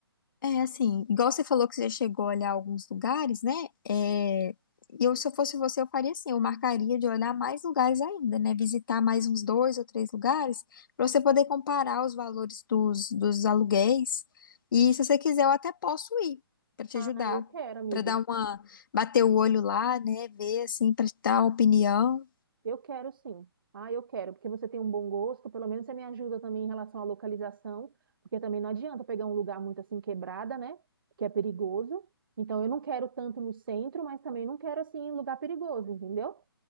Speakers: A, on the left; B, on the right.
A: É assim, igual você falou que você chegou a olhar alguns lugares, né? É, eu, se eu fosse você, eu faria assim, eu marcaria de olhar mais lugares ainda, né? Visitar mais uns dois ou três lugares, para você poder comparar os valores dos, dos aluguéis. E se você quiser, eu até posso ir para te
B: Ai,
A: ajudar,
B: eu quero, amiga.
A: para dar uma, bater o olho lá, né? Ver assim, para dar uma opinião.
B: Eu quero sim. Ah, eu quero, porque você tem um bom gosto, pelo menos você me ajuda também em relação à localização, porque também não adianta pegar um lugar muito assim quebrada, né? Que é perigoso. Então eu não quero tanto no centro, mas também não quero assim em lugar perigoso, entendeu?